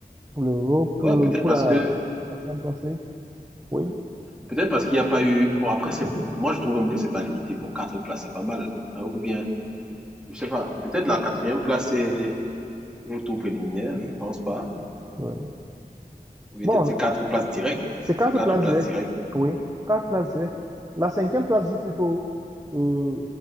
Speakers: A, on the right (about 20°); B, in the centre.
A: pour l'Europe,
B: Ouais,
A: euh,
B: peut-être
A: pour
B: parce
A: la,
B: que
A: la Champions League. Oui,
B: peut-être parce qu'il n'y a pas eu. Bon, après, c'est moi je trouve même que c'est pas limité. Bon, quatre places, c'est pas mal. Hein, ou bien, je sais pas. Peut-être la quatrième place c'est au tour préliminaire, je pense pas.
A: oui.
B: Ou Peut-être
A: Bon,
B: c'est quatre places directes. Si
A: c'est quatre
B: c'est quatre
A: places
B: places
A: directes.
B: directes,
A: Oui, quatre places directes. La cinquième place joue plutôt euh,